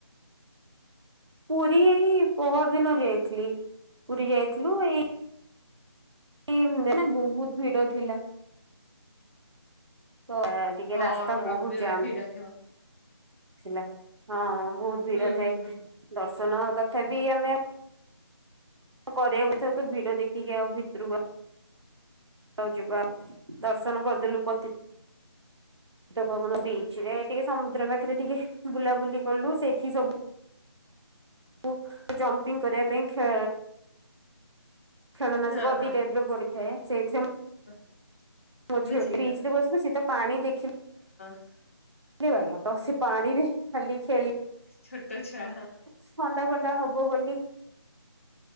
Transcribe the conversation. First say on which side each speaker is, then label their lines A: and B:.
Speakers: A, on the right; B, on the left.
A: ପୁରୀ ଏଇ ପହର ଦିନ ଯାଇଥିଲି। ପୁରୀ ଯାଇଥିଲୁ ଏଇ ଇମ୍ ଦିନ ବହୁତ୍ ଭିଡ଼ ଥିଲା। ତ ଏ ଟିକେ
B: ହଁ
A: ରାସ୍ତା ବହୁତ
B: ରବିବାର
A: ଜାମ।
B: <inaudible>
A: ଥିଲା ହଁ ବହୁତ ଭିଡ
B: ହୁଁ
A: ଥାଏ
B: ହୁଁ ହୁଁ
A: ଦ ଶୁନ ତଥାପି ଆମେ କରିବାକୁ ଥିବ ତୁ ଭିଡ ଦେଖିକି ଆଉ ଭିତରକୁ ଆଉ ଜିବା ଦର୍ଶନ କରିଦେଲୁ ପତି ତିତ ପାବନ, ବିଚ ରେ ଟିକେ ସମୁଦ୍ର ପାଖରେ ଟିକେ ବୁଲାବୁଲି କଲୁ ସେଇଠି ସବୁ ଙ୍କୁ ଜମ୍ପିଂ କରିବା ପାଇଁ ଖେ ଖେଳନା
B: ହଁ
A: ଶବୁ ଅଧି
B: ହଁ
A: ଟାଇପ୍ ର ପଡିଥାଏ ସେଇଥିରେ
B: <inaudible>
A: ବୁଝିଗଲି
B: ବୁଝିଲି
A: ବ୍ରିଜ୍
B: ହଁ
A: ରେ ବସିଲେ ସେତ ପାଣି ଦେଖି
B: <inaudible>
A: ରେ ବାୟା ଲସି ପାଣିରେ ଖାଲି ଖେଳି
B: ଛୋଟ ଛୁଆ
A: ଥଣ୍ଡା ଫଣ୍ଡା ହବ ବୋଲି